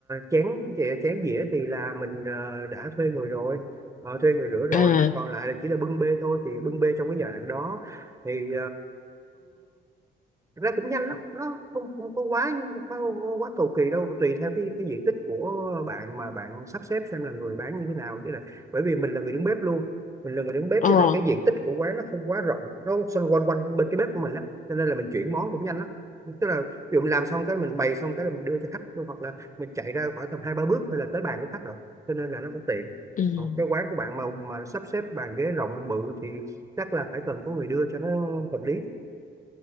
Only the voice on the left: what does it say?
à
ờ
ừ.